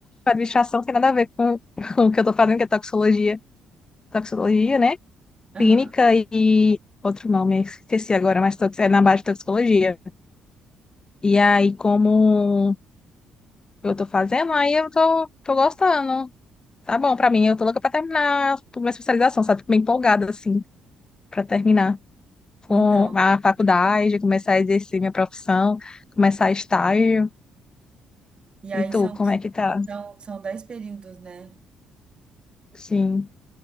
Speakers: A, on the left (about 25°); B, on the right (about 35°).
A: a administração, não tem nada a ver com, <laughs> com o que eu estou fazendo, que é toxicologia, toxicologia, né?
B: aham.
A: Clínica e outro nome, esqueci agora, mas tox- é na base de toxicologia. E aí, como eu estou fazendo, aí eu tô, tô gostando. Tá bom pra mim, eu tô louca pra terminar a minha especialização, sabe? Fico bem empolgada, assim, pra terminar. com
B: Então,
A: a faculdade, começar a exercer minha profissão, começar estágio.
B: e aí
A: E tu,
B: são,
A: como é que tá?
B: são, são dez períodos, né?
A: Sim,